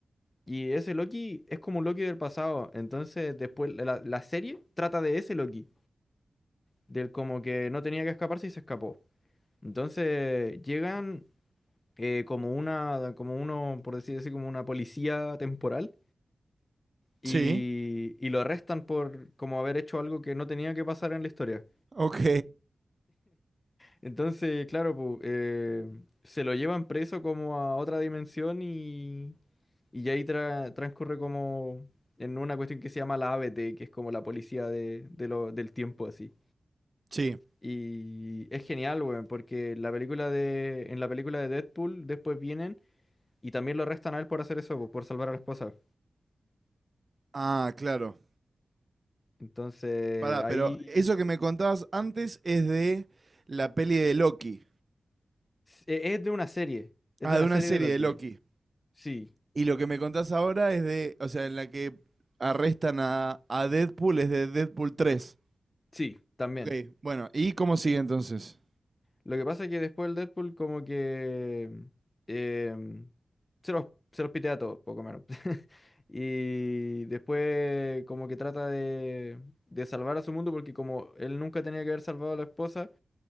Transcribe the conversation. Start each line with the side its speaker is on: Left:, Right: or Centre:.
Left: Y ese Loki es como un Loki del pasado. Entonces después la, la serie trata de ese Loki. Del como que no tenía que escaparse y se escapó. Entonces llegan eh, como una, como uno, por decir así, como una policía temporal. Y,
Right: Sí,
Left: y lo arrestan por como haber hecho algo que no tenía que pasar en la historia.
Right: Ok.
Left: Entonces, claro, pu, eh, se lo llevan preso como a otra dimensión y, y ya ahí tra- transcurre como en una cuestión que se llama la ABT, que es como la policía de, de lo- del tiempo así.
Right: sí.
Left: Y es genial, weón, porque la película de, en la película de Deadpool después vienen y también lo arrestan a él por hacer eso, pu, por salvar a la esposa.
Right: Ah, claro.
Left: Entonces,
Right: Pará,
Left: ahí...
Right: pero eso que me contabas antes es de la peli de Loki.
Left: Es es de una serie, es
Right: Ah,
Left: de una
Right: de una
Left: serie
Right: serie
Left: de Loki.
Right: de Loki.
Left: Sí,
Right: Y lo que me contás ahora es de, o sea, en la que arrestan a, a Deadpool es de Deadpool 3.
Left: sí, también.
Right: Ok, bueno, ¿y cómo sigue entonces?
Left: Lo que pasa es que después el Deadpool como que em, se los, se los pitea a todos, poco menos. <laughs> Y después como que trata de, de salvar a su mundo porque como él nunca tenía que haber salvado a la esposa,